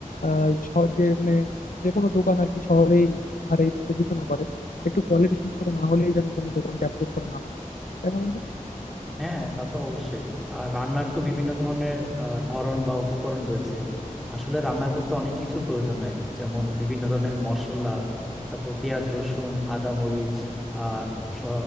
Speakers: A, on the left; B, in the centre.
A: আহ শহর- যে মানে যে কোনো দোকান আর কি শহরেই আর এই সে দিতে না পারে একটু কোয়ালিটি সম্পর্ক না হলেই যেন কোনো দোকানকে অ্যাপ্রুভ করা না হয় তাই না বন্ধু
B: হ্যাঁ তা তো অবশ্যই আর রান্নার তো বিভিন্ন ধরনের আহ, ধরন বা উপকরণ রয়েছে আসলে রান্না করতে অনেক কিছু প্রয়োজন হয় যেমন বিভিন্ন ধরনের মশলা তারপর পেঁয়াজ রসুন আদা মরিচ আর স-